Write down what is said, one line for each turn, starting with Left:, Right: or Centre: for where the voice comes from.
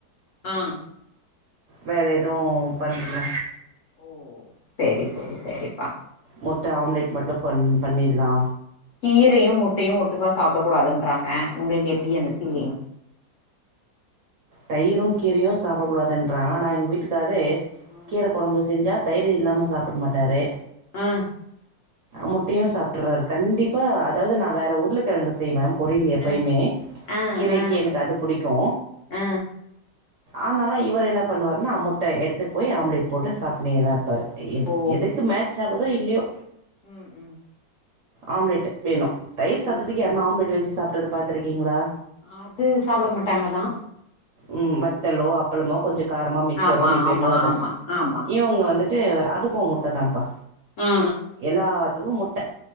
Left: ஆ
Right: வேற எதே பண்றதில
Left: ஓ செரி செரி செரிப்பா
Right: முட்ட ஆம்லேட் மட்டு பண் பண்ணில்லா
Left: கீரையூ முட்டையூ ஒட்டுக்கா சாப்டகூடாதுன்றாங்க உங்களுக்கு எப்டி அந்த ஃபீலிங்
Right: தயிரு கீரையு சாப்படக்கூடாதுன்றாங்க ஆனா எங்க வீட்டுக்காரு
Left: ஆ
Right: கீர கொழம்பு செஞ்சா தயிரு இல்லாம சாப்பட மாட்டாரு
Left: ஆ
Right: முட்டையு சாப்ட்டுறாரு கண்டிப்ப அதாவது நா வேற உருளகெழங்கு செய்வே பொரியில் எப்பயுமே
Left: ஆ ஆ
Right: கீரைக்கி எனக்கு அது புடிக்கு
Left: ஆ
Right: ஆனாலு இவர் என்ன பண்ணுவார்னா அ முட்ட எடுத்து போய் ஆம்லேட் போட்டு சாப்னேதா இருப்பாரு எது
Left: ஓ
Right: எதுக்கு மேட்ச் ஆகுதோ இல்லூயோ
Left: ம் ம்
Right: ஆம்லேட்டு வேணு தயிர் சாதத்துக்கு
Left: ஆ
Right: யார்னா
Left: ஆ
Right: ஆம்லெட் வெச்சி சாப்ட்றத பாத்துருக்கீங்ளா
Left: அது சாப்பட மாட்டாங்கதா
Right: ம் வத்தலோ அப்பளமோ கொஞ்ச காரமா மிச்சரோ
Left: ஆமா
Right: நிப்பேட்டோ
Left: ஆமா
Right: அது
Left: ஆமா ஆமா
Right: இவுங்க வந்து ட்டு அதுக்கு முட்டதாம்ப்பா
Left: ஆ
Right: எல்லாத்துக்கு முட்ட